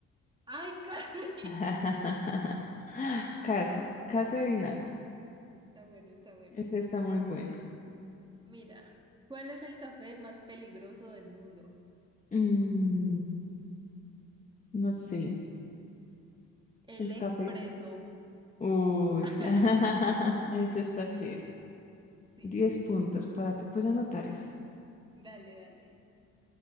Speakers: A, on the right; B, on the left.
A: ¡Ay, casi!
B: <laughs>
A: <laughs>
B: Casi, casi adivinaste.
A: Sí, sí, sí. Está bueno, está bueno.
B: Ese está muy bueno.
A: Mira, ¿cuál es el café más peligroso del mundo?
B: Mm, no sé,
A: El
B: el
A: expreso.
B: café. Uy,
A: <laughs>
B: <laughs> ese está chévere.
A: Sí,
B: Diez puntos para ti. Voy a anotar ese.
A: dale, dale.